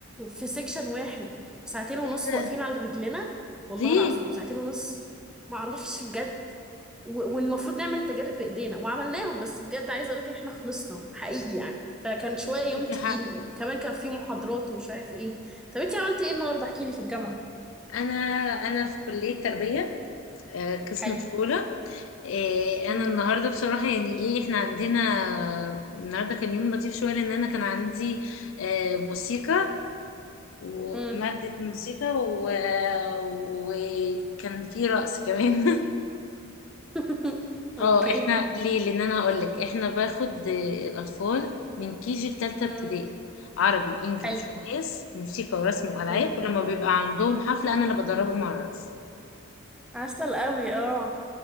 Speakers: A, in the centre; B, on the left.
A: في سيكشن واحد ساعتين ونص
B: ايه
A: واقفين
B: ده؟
A: على رجلنا والله
B: ليه؟
A: العظيم ساعتين ونص معرفش بجد و- والمفروض نعمل التجارب بايدينا وعملناهم بس بجد عايزه اقول لك احنا خلصنا حقيقي يعني فكان شويه يوم
B: ليكي
A: تقيل
B: حق
A: وكمان كان في محاضرات ومش عارف ايه طب انتي عملتي ايه النهارده احكي لي في الجامعه
B: انا انا في كلية تربية آه، قسم
A: حلو
B: طفولة آه، انا
A: امم
B: النهارده بصراحه يعني ايه احنا عندنا النهارده كان يوم لطيف شويه لان انا كان عندي آه، موسيقى ومادة
A: امم
B: موسيقى و... وكان في رقص كمان <laughs>
A: <laughs> اوكي
B: اه احنا ليه لان انا هقولك احنا باخد الاطفال من كيجي لتالتة
A: امم
B: ابتدائي عربي وانجليش
A: حلو
B: وماس وموسيقى ورسم والعاب
A: امم
B: ولما بيبقى عندهم حفلة انا اللي بدربهم على الرقص
A: عسل قوي اه